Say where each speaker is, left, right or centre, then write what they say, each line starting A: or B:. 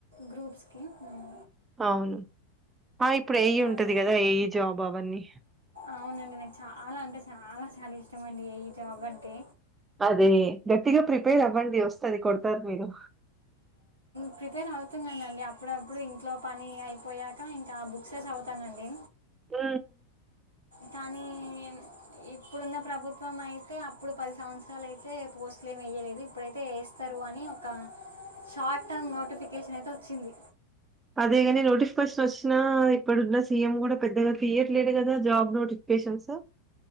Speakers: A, on the right; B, on the right.
A: గ్రూప్స్కి ఉమ్.
B: అవును ఆ ఇప్పుడు ఏఈ
A: థా-
B: ఉంటది గదా ఏఈ జాబ్ అవన్నీ
A: అవునండి నాకు చాలా అంటే చాలా చాలా ఇష్టం అండి ఏఈ జాబ్ అంటే
B: అదే గట్టిగా ప్రిపేర్ అవ్వండి వస్తది కొడతరు మీరు
A: ప్రిపేర్ అవుతున్నానండి అప్పుడప్పుడు ఇంట్లో పని అయిపోయాక ఇంకా బుక్స్ చదువుతానండి
B: మ్
A: కానీ ఇప్పుడున్న ప్రభుత్వం అయితే అప్పుడు పది సంవత్సరాలు అయితే పోస్ట్ స్ట్లు ఏం వేయలేదు ఇప్పుడైతే ఎస్తరు అని ఒక షార్ట్ టర్మ్ నోటిఫికేషన్ అయితే వచ్చింది
B: అదేగాని నోటిఫికేషన్ వచ్చిన ఇప్పుడున్న సీఎం గూడా పెద్దగా తీయట్లేదు కదా జాబ్ నోటిఫి కేషన్స్